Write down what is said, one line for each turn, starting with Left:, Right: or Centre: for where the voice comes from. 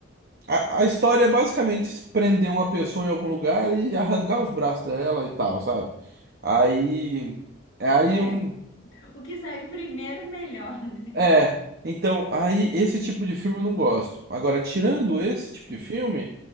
Right: a, a história é basicamente prender uma pessoa em algum lugar e arrancar os braços dela e tal, sabe? Aí. é Aí
Left: é,
Right: um.
Left: o que sair primeiro, melhor, né?
Right: É. Então, aí esse tipo de filme eu não gosto. Agora, tirando esse tipo
Left: É.
Right: de filme.